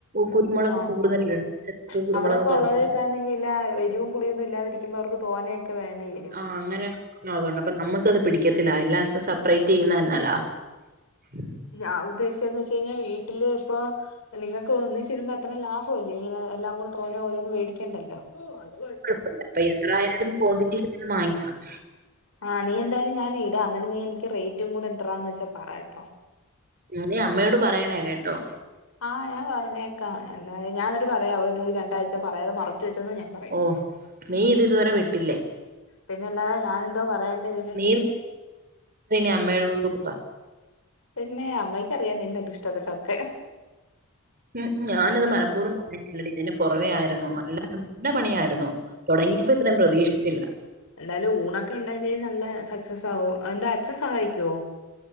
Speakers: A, on the right (about 45°); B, on the left (about 70°).
A: കുരുമുളക്
B: ആഹ്
A: കൂടുതലിടണം
B: ആഹ്
A: ചെലർക്ക് കുരുമുളക്
B: അവിടൊക്കെ
A: കുറച്ച്.
B: ഉള്ളവരൊക്കൊണെങ്കില് എരിവും പുളിയൊന്നും ഇല്ലാതിരിക്കുമ്പോ അവർക്ക് തോനോയെക്കെ വേണ്ടി വരും
A: ആഹ് അങ്ങനെണ്ട് <inaudible> അപ്പൊ നമ്മുക്കത് പിടിക്കത്തില്ല എല്ലാർക്കും സെപ്പറേറ്റ് ചെയ്യുന്ന ന്നല്ലാ. <inaudible>
B: ഞാൻ ഉദ്ദേശിച്ചത് ന്ന് വെച്ച്കഴിഞ്ഞാൽ വീട്ടില് ഇപ്പൊ നിങ്ങൾക്ക് ഒന്നിച്ചിരുമ്പോ അത്ര ലാഭല്ലേ ഇങ്ങനെ എല്ലാം കൂടെ തോന്ന ഓരോന്നും വേടിക്കേണ്ടല്ലോ ഉം അത് കൊഴപ്പ.
A: കൊഴപ്പല്ല അപ്പ എത്രയാലും ക്വാണ്ടിറ്റിന്ന് മാങ്ങിക്കണം
B: ആഹ് നീ എന്തായാലും ഞാന് ഇടാം ന്ന്ട്ട്നീ എനിക്ക് റേറ്റും കൂടെ എത്രാന്ന് വെച്ചാ പറയാട്ടോ
A: നീ അമ്മയോട് പറയണേ കേട്ടോ
B: ആഹ് ഞാൻ പറഞ്ഞേക്കാം. എന്താ ഞാന് ന്ന്ട്ട് പറയാം അവളന്നോട് രണ്ടാ്ച പറയാത മറച്ച് വെച്ച് എന്നും ഞാൻ പറയും
A: ഓഹ് നീ ഇത് ഇതുവരെ വിട്ടില്ലേ
B: പിന്നെ അല്ലാതെ ഞാനെന്തോ പറയണ്ടേ ഇതിനൊക്കെ
A: നീ <inaudible> അമ്മയോട് <unintelligible>
B: പിന്നെ അമ്മയ്ക്ക് അറിയാം നിന്റെ ദുഷ്ടതൊരക്കെ
A: ഉം ഞാനിത് മനപ്പൂർവം പറയാഞ്ഞതല്ലടി ഇതിന് പുറവേയായിരുന്നു. നല്ല നല്ല പണിയായിരുന്നു തുടങ്ങിയപ്പോ ഇത്രയും പ്രതീക്ഷിച്ചില്ല.
B: എല്ലാലും ഊണൊക്കെ ണ്ടായേനേ നല്ല സക്സസ് ആകും. എന്താ അച്ഛൻ സഹായിക്കുവോ?